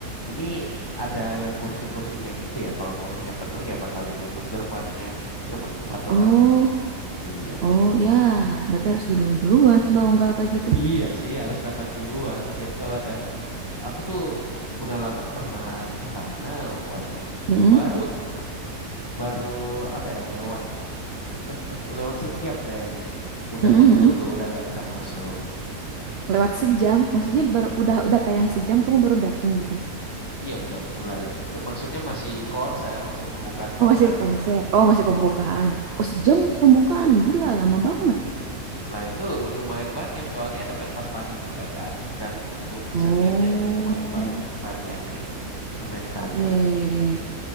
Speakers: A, on the left (about 15°); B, on the right (about 70°).
A: ini ada kursi-kursinya gitu ya. Kalau kursinya penuh ya bakal ditutup gerbangnya. Cuma itu aturannya.
B: Oh,
A: Iya.
B: oh ya. Berarti harus dulu duluan dong kalau kayak gitu.
A: Iya sih harus datang duluan. Jadi kalau ada aku tuh pengalaman pernah ke sana, waduh,
B: Mm-mm.
A: baru baru apa ya lewat teng- lewat sejam kayaknya. Udah
B: Mm-mm,
A: penuh tuh, udah nggak bisa masuk.
B: Lewat sejam, maksudnya baru udah udah tayang sejam kamu baru datang gitu.
A: Iya udah mulai. Ke- Maksudnya masih konser, masih pembukaan
B: Oh,
A: konser
B: masih konser.
A: itu.
B: Oh, masih pembukaan. Oh, sejam pembukaan. Gila, lama banget.
A: Lah itu lumayan banyak soalnya ada pentas tari juga kan. Kan klub keseniannya
B: Oh,
A: lumayan banyak variannya, lumayan beragam.
B: iya, iya, iya.